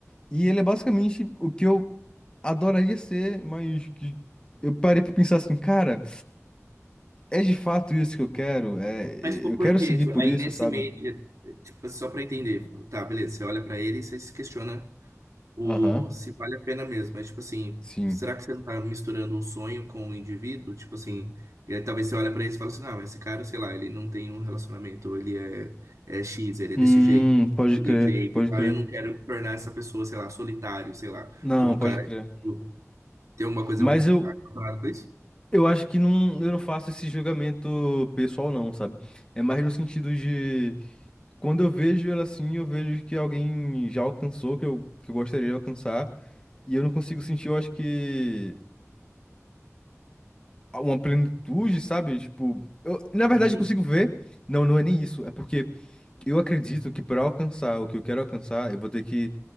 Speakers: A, on the left; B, on the right.
A: E ele é basicamente o que eu adoraria ser, mas que eu parei pra pensar assim, cara, é de fato isso que eu quero? É,
B: Mas, tipo,
A: eu quero
B: por quê?
A: seguir
B: Tipo,
A: por
B: Aí
A: isso,
B: nesse
A: sabe?
B: meio, de- tipo, só pra entender. Tá, beleza, você olha pra ele e você se questiona. O,
A: Aham,
B: se vale a pena mesmo. Mas, tipo assim,
A: sim.
B: será que você não tá misturando o sonho com o indivíduo? Tipo assim, e aí talvez você olha pra ele e fala assim, não, esse cara, sei lá, ele não tem um relacionamento, ele é, é X, ele é
A: Hum,
B: desse jeito,
A: pode
B: daquele
A: crer,
B: jeito
A: pode
B: e tal.
A: crer.
B: E eu não quero me tornar essa pessoa, sei lá, solitário, sei lá,
A: Não,
B: como o
A: pode
B: cara.
A: crer.
B: tipo, Tem alguma coisa
A: Mas
B: relacionada
A: eu,
B: com isso?
A: Eu acho que não, eu não faço esse julgamento pessoal, não, sabe? É mais no sentido de quando eu vejo ela assim, eu vejo que alguém já alcançou, que eu, que eu gostaria de alcançar, e eu não consigo sentir, eu acho que uma plenitude, sabe? Tipo, eu, na verdade
B: Uhum.
A: eu consigo ver. Não, não é nem isso. É porque eu acredito que para alcançar o que eu quero alcançar, eu vou ter que